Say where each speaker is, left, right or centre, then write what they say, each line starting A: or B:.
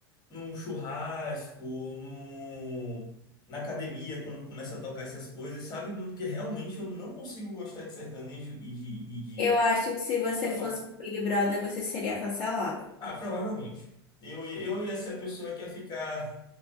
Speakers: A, on the left; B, on the left.
A: num churrasco, num, na academia, quando começa a tocar essas coisas, sabe? Porque realmente eu não consigo gostar de sertanejo e de, e de
B: Eu acho que se você
A: samba.
B: fosse pro Big Brother, você seria cancelado.
A: Ah, provavelmente. Eu, eu ia ser a pessoa que ia ficar.